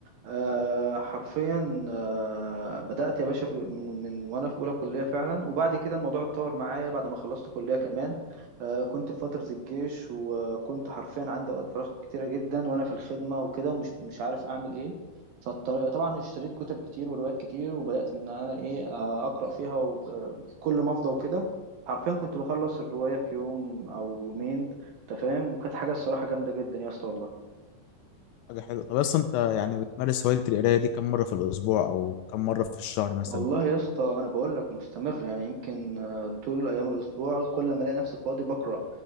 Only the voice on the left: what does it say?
حاجة حلوة طب أصلا أنت يعني بتمارس هواية القراية دي كم مرة في الأسبوع أو كم مرة في الشهر مثلا؟